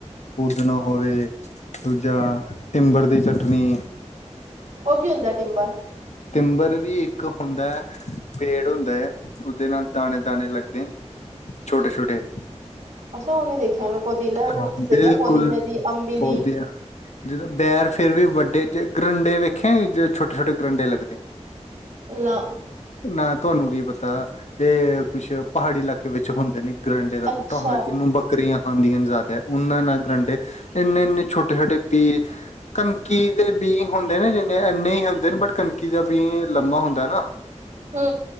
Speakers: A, on the left; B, on the right.
A: ਪੂਦਣਾ ਹੋਵੇ ਦੂਜਾ ਟਿੰਬਰ ਦੀ ਚਟਣੀ,
B: ਉਹ ਕੀ ਹੁੰਦਾ ਟਿੱਬਾ,
A: ਟਿੰਬਰ ਵੀ ਇੱਕ ਹੁੰਦਾ ਹੈ। ਪੇੜ ਹੁੰਦਾ ਹੈ ਉਹਦੇ ਨਾਲ ਦਾਣੇ, ਦਾਣੇ ਲੱਗਦੇ ਛੋਟੇ-ਛੋਟੇ,
B: ਉਹਨੇ ਦੇਖਿਆ ਮੈਂ, ਪੁਦੀਨਾ
A: ਹਾਂ
B: ਤੇ ਸੁਣਿਆ
A: ਬਿਲਕੁਲ
B: ਪੁਦੀਨੇ ਦੀ ਅੰਬੀ
A: ਪੌਦਿਆਂ
B: ਦੀ
A: ਜਦੋਂ ਬੈਰ ਫਿਰ ਵੀ ਵੱਡੇ ਜ ਗਰੰਡੇ ਵੇਖੇ ਛੋਟੇ-ਛੋਟੇ ਗਰੰਡੇ ਲੱਗਦੇ।
B: ਨਾ,
A: ਨਾ ਤੁਹਾਨੂੰ ਕੀ ਪਤਾ ਇਹ ਕੁਛ ਪਹਾੜੀ ਇਲਾਕੇ ਵਿੱਚ ਹੁੰਦੇ ਨੇ, ਗਰੈਂਡੇ ਦਾ
B: ਅੱਛਾ
A: ਬੂਟਾ ਹੁੰਦਾ ਜਿਨੂੰ ਬੱਕਰੀਆਂ, ਹਾਂਜੀ-ਹਾਂਜੀ, ਜ਼ਿਆਦਾ ਉਨਾ ਨਾਲ ਗਰੰਡੇ ਇੰਨੇ ਇੰਨੇ ਛੋਟੇ-ਛੋਟੇ ਬੀ ਕਣਕੀ ਦੇ ਬੀ ਹੁੰਦੇ ਨਾ ਜਿੰਨੇ ਇੰਨੇ ਹੀ ਹੁੰਦੇ ਬਟ ਕਣਕੀ ਦਾ ਬੀ ਲੰਮਾ ਹੁੰਦਾ ਨਾ,
B: ਹੂੰ,